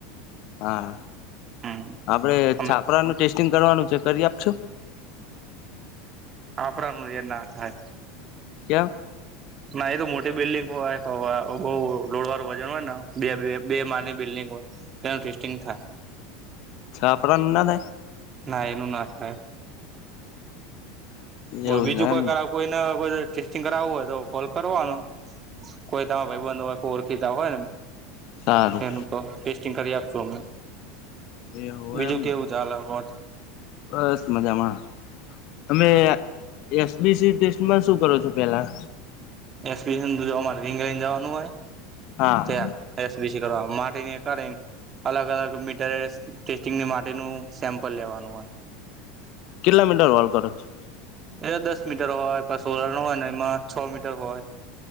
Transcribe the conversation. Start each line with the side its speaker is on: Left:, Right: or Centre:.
Left: હા
Right: હમ
Left: આપડે
Right: અમે
Left: છાપરાનું ટેસ્ટિંગ કરવાનું છે કરી આપશો.
Right: આપણા ન જે ના થાય.
Left: ક્યા.
Right: ના એ તો મોટી બિલ્ડિંગ હોય બહુ લોડવાળું વજન હોય ને બે બે માલ ની બિલ્ડિંગ હોય ત્યાં ટેસ્ટિંગ થાય
Left: છાપડા માં ના થાય
Right: ના એનું ના થાય
Left: થાય એવું
Right: બીજું
Left: છે
Right: કોઈ
Left: એમ
Right: કરા
Left: ને.
Right: કોઈ ટેસ્ટિંગ કરું હોય તો કોલ કરવાનું કો તમા ભાઈંધ હોય. ીધા હોયને
Left: સારું
Right: એનું તો ટેસ્ટિંગ કરી આપશું અમે
Left: એવું
Right: બીજું
Left: એમને
Right: કેવું ચાલે કોત
Left: બસ મજામાં તમે- એસબીસી ટેસ્ટમાં શું કરો છો પેલા
Right: એક્સપિરય જોવા મળ રિંગ રેન્જ જવાનું હોય
Left: હા
Right: ત્યાં એસ બીસી કરવા માટી કાઢ- અલગ અલગ મીટરિય ટેસ્ટિંગની માટેનું સેમ્પલ લેવાનું હોય.
Left: કેટલા મીટર વોલ કરો છો
Right: એ દસ મીટર હોય પાછ ઓરા નો હોય ને એમાં છ મીટર હોય.